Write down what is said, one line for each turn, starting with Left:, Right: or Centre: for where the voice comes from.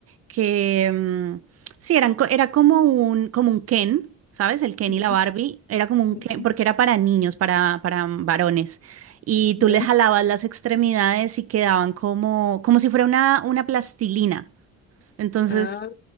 Right: que mm, sí, eran, co- era como un, como un Ken, ¿sabes? El Ken
Left: Ujú,
Right: y la Barbie, era como un
Left: ujú.
Right: Ken, porque era para niños, para, para varones. Y tú
Left: ¿Ya?
Right: les jalabas las extremidades y quedaban como, como si fuera una, una plastilina. Entonces...
Left: Ah,